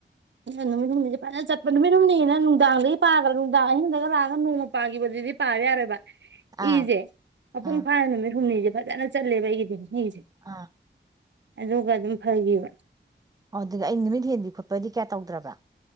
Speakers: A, on the right; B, on the right.
A: ꯅꯨꯃꯤꯠ ꯍꯨꯝꯅꯤꯖꯦ ꯐꯖꯅ ꯆꯠꯄ ꯅꯨꯃꯤꯠ ꯍꯨꯝꯅꯤꯅ ꯅꯨꯡꯗꯥꯡꯗꯒꯤ ꯄꯥꯈ꯭ꯔꯥ ꯅꯨꯡꯗꯥꯡ ꯑꯍꯤꯡꯗꯒ ꯂꯥꯛꯑꯒ ꯅꯣꯡꯃ ꯄꯥꯒꯤꯕꯗꯨꯗꯤ ꯄꯥꯕ ꯌꯥꯔꯣꯏꯕ
B: ꯑꯥ
A: ꯏꯖꯦ ꯃꯄꯨꯡ
B: ꯑꯥ
A: ꯐꯥꯅ ꯅꯨꯃꯤꯠ ꯍꯨꯝꯅꯤꯁꯦ ꯐꯖꯅ ꯆꯜꯂꯦꯕ ꯑꯩꯒꯤꯗꯤ <unintelligible>
B: ꯑꯥ
A: ꯑꯗꯨꯒ ꯑꯗꯨꯝ ꯐꯈꯤꯕ
B: ꯑꯣ ꯑꯗꯨꯗ ꯑꯩꯩꯅ ꯅꯨꯃꯤꯠ ꯍꯦꯟꯕꯤ ꯈꯣꯠꯄꯗꯤ ꯀꯌꯥ ꯇꯧꯗ꯭ꯔꯕꯔ